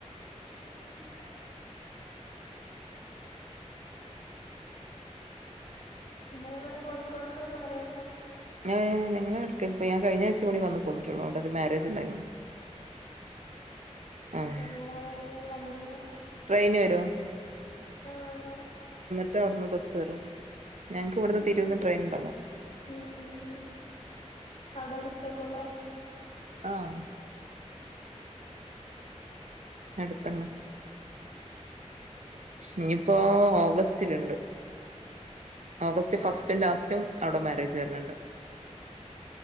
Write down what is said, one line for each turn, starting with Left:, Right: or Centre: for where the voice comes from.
Left: അങ്ങനെയൊക്കെ നിങ്ങ ഇവിടെ കോഴിക്കോടക്കൊക്കെ വരണ്ടോ
Right: ഞ ഞങ്ങളൾ എടുക്കപ്പോ ഞാൻ കഴിഞ്ഞ ആഴ്ച മടി വന്ന്ു പോന്നിട്ടുള്ളൂ അവിൊ ഒരു മാര്ാരേജ് ഉണ്ടായിരുന്നു ആഹ്
Left: എങ്ങന വരില്ലേ വണ്ടിയിലോ
Right: ട്രെയിന് വരുമോ
Left: ആഹ അങ്ങനെ
Right: മറ്റ അവിടുന്ന് ബസ് കയറും ഞങ്ങക്ക് ഇവിടുന്ന്
Left: ഉം
Right: തിരുവന്ന്
Left: ഉം
Right: ട്രെയിൻ ഉണ്ടളാം
Left: ഉം ഉം ഉം അവിടെ അടുത്തേക്കലെ
Right: ആഹ അടുത്തന്നെ ഇനിയിപ്പോൊ ഓഗസ്റ്റിലണ്ട് ഓഗസ്റ്റ്
Left: ഉം
Right: ഫസ്റ്റും ലാസ്റ്റും അവിടെ മാരേജ് വരുന്നുണ്ട്